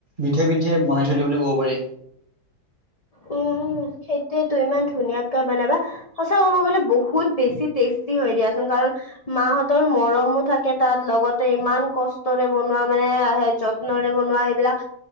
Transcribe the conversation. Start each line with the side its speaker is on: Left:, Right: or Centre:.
Right: বিধে বিধে বনাই থৈ দিয়ে বুলি ক'ব পাৰি।
Left: উম, উম, সেইটোৱেতো ইমান ধুনীয়াকে বনাবা সঁচা ক'ব গ'লে বহুত বেছি টেষ্টি হৈ দিয়াচোন কাৰণ মাহঁতৰ মৰমো থাকে তাত লগতে ইমান কষ্টৰে বনোৱা মানে যত্নৰে বনোৱা সেইবিলাক,